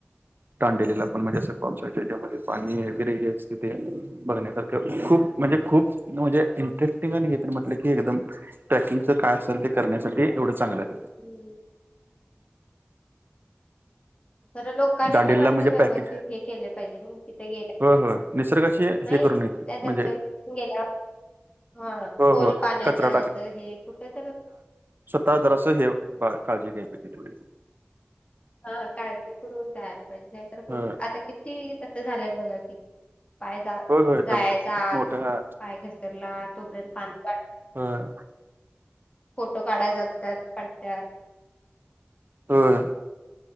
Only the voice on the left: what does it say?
<unintelligible> खर लोकांनी
पण असं
व्यवस्थित
हे केलं पाहिजे ना तिथ गेल्या
नाही.
त्या धबधब्या
गेल्या हा
खोल
पाण्यात
जायचं हे कुठ तर
हा काळजी पुरवक जायाला पाहिजे नायतर
आता किती तस झाल्यात बघा की. पाय जा
-जायचा
आत
पाय घसतरला तोपर्यंत पाणी वा
फोटो काढाय जातत्यात पडत्या.